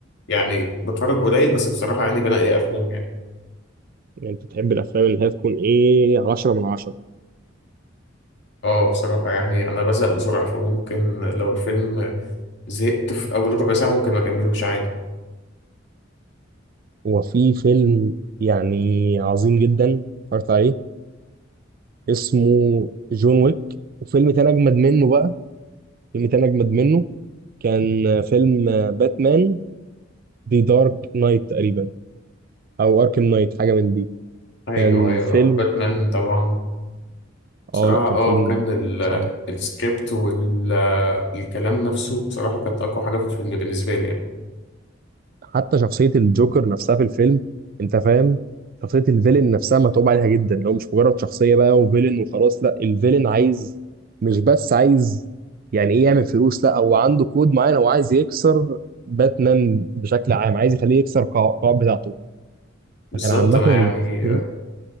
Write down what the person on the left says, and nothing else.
يعني بتفرج قليل بس بصراحة يعني بنقي أفلام يعني
أه بصراحة يعني أنا بزهق بسرعة فممكن لو الفيلم زهقت في أول ربع ساعة ممكن ما أكملوش عادي
أيوه
أيوه
باتمان طبعا
بصراحة
أه
كان ال-
السكريبت والكلام نفسه بصراحة كانت أقوى حاجة في الفيلم بالنسبة لي يعني
بالظبط
أنا
يعني